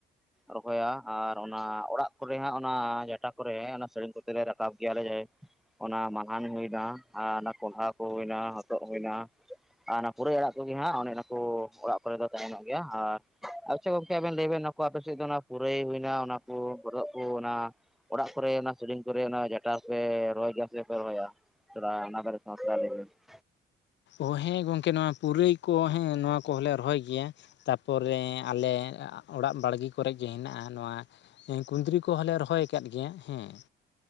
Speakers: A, in the centre; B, on the left (about 65°).
A: ᱨᱚᱦᱚᱭᱟ ᱟᱨ ᱚᱱᱟ ᱚᱲᱟᱜ ᱠᱚᱨᱮ ᱦᱟᱸᱜ ᱚᱱᱟ ᱡᱟᱴᱟ ᱠᱚᱨᱮ ᱚᱱᱟ ᱥᱟᱹᱲᱤᱢ ᱠᱚᱛᱮ ᱞᱮ ᱨᱟᱠᱟᱵ ᱜᱮᱭᱟᱞᱮ ᱡᱟᱦᱟᱸ ᱚᱱᱟ ᱢᱟᱞᱦᱟᱱ ᱦᱩᱭᱱᱟ ᱟᱨ ᱚᱱᱟ ᱠᱚᱱᱰᱦᱟ ᱠᱚ ᱦᱩᱭᱱᱟ ᱦᱚᱛᱚᱫ ᱦᱩᱭ ᱱᱟ᱾ ᱟᱨ ᱚᱱᱟ ᱯᱩᱨᱟᱹᱭ ᱟᱲᱟᱜ ᱠᱚᱜᱮ ᱦᱟᱸᱜ ᱚᱱᱮ ᱚᱱᱟ ᱠᱚ ᱚᱲᱟᱜ ᱠᱚᱨᱮ ᱫᱚ ᱛᱟᱦᱮᱱᱚᱜ ᱜᱮᱭᱟ ᱟᱨ ᱟᱪᱪᱷᱟ ᱜᱚᱝᱠᱮ ᱟᱵᱮᱱ ᱞᱟᱹᱭ ᱵᱮᱱ ᱱᱚᱣᱟ ᱠᱚ ᱟᱯᱮ ᱥᱮᱫ ᱫᱚ ᱚᱱᱟ ᱯᱩᱨᱟᱹᱭ ᱦᱩᱭᱱᱟ ᱚᱱᱟ <inaudible> ᱚᱲᱟᱜ ᱠᱚᱨᱮ ᱚᱱᱟ ᱥᱟᱹᱲᱤᱢ ᱠᱚᱨᱮ ᱚᱱᱟ ᱡᱟᱴᱟ ᱠᱚᱨᱮ ᱨᱚᱦᱚᱭ ᱠᱟᱜ ᱥᱮ ᱵᱟᱝᱯᱮ ᱨᱚᱦᱚᱭᱟ? ᱛᱚᱲᱟ ᱚᱱᱟ <unintelligible>
B: ᱚ ᱦᱮᱸ ᱜᱚᱝᱠᱮ ᱱᱚᱣᱟ ᱯᱩᱨᱟᱹᱭ ᱠᱚ ᱦᱮᱸ ᱱᱚᱣᱟ ᱠᱚᱦᱚᱸᱞᱮ ᱨᱚᱦᱚᱭ ᱜᱮᱭᱟ ᱾ ᱛᱟ ᱯᱚᱨᱮ ᱟᱞᱮ ᱚᱲᱟᱜ ᱵᱟᱲᱜᱮ ᱠᱚᱨᱮ ᱜᱮ ᱦᱮᱱᱟᱜ-ᱟ ᱱᱚᱣᱟ ᱦᱮᱸ ᱠᱩᱫᱽᱨᱤ ᱠᱚᱦᱚᱸᱞᱮ ᱨᱚᱦᱚᱭ ᱟᱠᱟᱫ ᱜᱮᱭᱟ ᱦᱮᱸ ᱾